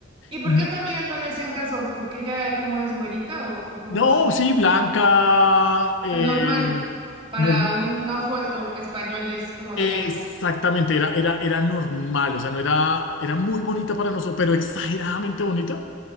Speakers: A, on the right; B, on the left.
A: ¿Y por
B: Y me-
A: qué a tu amiga no le hacían caso? ¿Porque ella cómo es güerita o, o cómo
B: no,
A: es?
B: sí, blanca, eh,
A: Normal. Para
B: no-
A: un ojo e- o- español es como
B: exactamente,
A: de allá.
B: era, era, era normal, o sea, no era, era muy bonita para nosotros, pero exageradamente bonita.